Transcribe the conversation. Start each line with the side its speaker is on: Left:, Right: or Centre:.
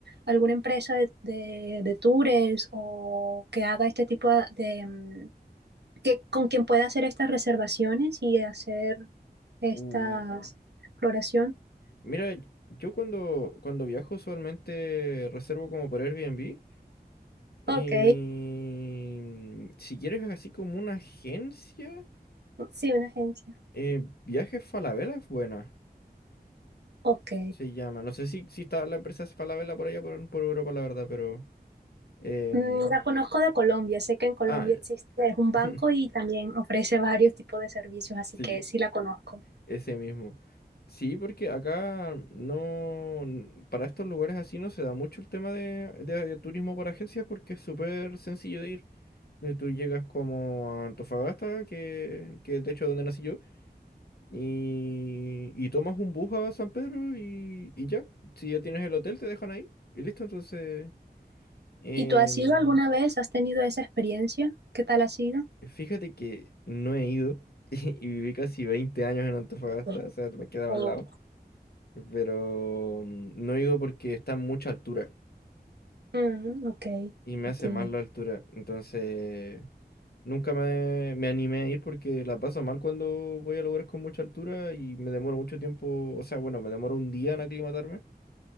Right: alguna empresa de, de, de tours o que haga este tipo de... mm, que, con quien pueda hacer estas reservaciones y hacer esta
Left: Uh,
Right: exploración?
Left: Mira, yo cuando, cuando viajo usualmente reservo como por Airbnb. Y
Right: Ok,
Left: mm, si quieres así como una agencia,
Right: <laughs> sí, una agencia.
Left: eh, Viajes Falabella es buena.
Right: Ok.
Left: se llama. No sé si, si está la empresa Falabella por allá, por, por Europa, la verdad, pero... em,
Right: Mm, La conozco de Colombia. Sé que en Colombia
Left: ah, ya.
Right: existe es un
Left: <laughs>
Right: banco y también ofrece varios tipos de servicios, así
Left: sí,
Right: que sí la conozco.
Left: ese mismo. Sí, porque acá no... n- Para estos lugares así no se da mucho el tema de, de de turismo por agencias porque es súper sencillo de ir. Eh, Tú llegas como a Antofagasta, que, que de hecho es donde nací yo, y, y tomas un bus a San Pedro y, y ya. Si ya tienes el hotel, te dejan ahí y listo. Entonces, em,
Right: ¿Y tú has ido alguna vez? ¿Has tenido esa experiencia? ¿Qué tal ha sido?
Left: Fíjate que no he ido <laughs> y viví casi 20 años en Antofagasta,
Right: Sí.
Left: o sea, me quedaba
Right: O-
Left: al lado, pero mm, no he ido porque está a mucha altura
Right: Mm, ok,
Left: y me
Right: entiendo.
Left: hace mal la altura, entonces nunca me, me animé a ir porque la paso mal cuando voy a lugares con mucha altura y me demoro mucho tiempo, o sea, bueno, me demoro un día en aclimatarme,